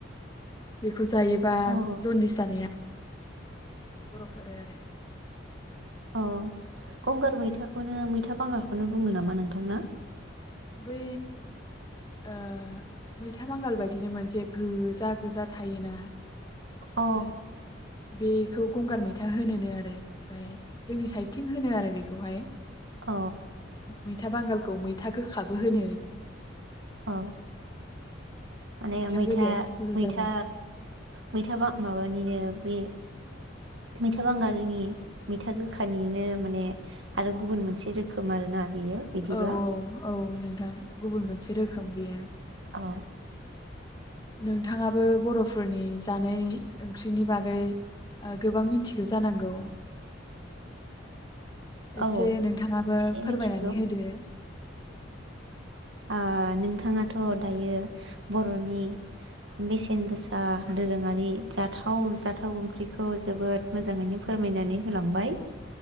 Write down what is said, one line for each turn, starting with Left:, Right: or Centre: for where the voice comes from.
Left: बेखौ जायोबा
Right: औ
Left: जनदिस जानाया बर'फ्रा <inaudible> आरो
Right: औ गंगार मैथाखौनो मैथा बांगालखौनो बुङो नामा नोंथांना
Left: बै ओ मैथा बांगाल बायदिनो मोनसे गोजा गोजा थायोना
Right: अ
Left: एसे बेखौ गंगार मै था होनोनो आरो ओमफाय जोंनि साइडथिं होनो आरो बेखौहाय
Right: औ
Left: मैथा बांगालखौ मै था गोख खाबो होनो
Right: अ माने मैथा
Left: गोजायाथ' गोजा
Right: मैथा
Left: जाबाय
Right: मैथा बा माबानिनो बे मैथा बांगालनि मैथा गोखानिनो माने आरो गुबुन मोनसे रोखोम आरोना बेयो बिदिब्ला
Left: औ औ औ नोंथां गुबुन मोनसे रोखोम बेयो
Right: अ
Left: नोंथाङाबो बर'फ फोरनि जानाय ओंख्रिनि बागै ओ गोबां मिथिगो जानांगौ एसे
Right: औ
Left: नोंथाङाबो
Right: एसे
Left: फोरमायनानै
Right: मिथिगौ
Left: होदो
Right: ओ नोंथाङाथ दायो बरनि बेसेन गोसा दोरोङारि जाथाव जाथाव ओंख्रिखौ जोबोद मोजाङैनो फोरमायनानै होलांबाय